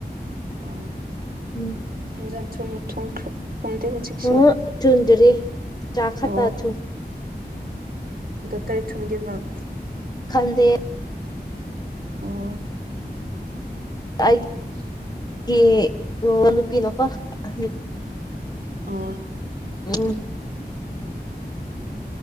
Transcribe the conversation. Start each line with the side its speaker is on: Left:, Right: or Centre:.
Right: ꯑ
Left: ꯎꯝ
Right: ꯊꯨꯝ ꯊꯨꯝ ꯊꯝꯗ ꯍꯧ ꯆꯁꯨꯣ
Left: ꯎꯝ ꯊꯨꯝꯗ꯭ꯔꯤ ꯆꯥꯛ ꯈꯛꯇ
Right: ꯑ
Left: ꯊꯨꯝ
Right: ꯀꯔꯤ ꯊꯨꯝꯒꯦ ꯅꯪ
Left: ꯈꯪꯗꯦ
Right: ꯑꯣ
Left: ꯀꯥꯏ
Right: <inaudible>
Left: ꯀ ꯑꯣ ꯅꯨꯄꯤ ꯅꯀꯣ ꯅꯨ
Right: ꯑꯣ
Left: ꯎꯝ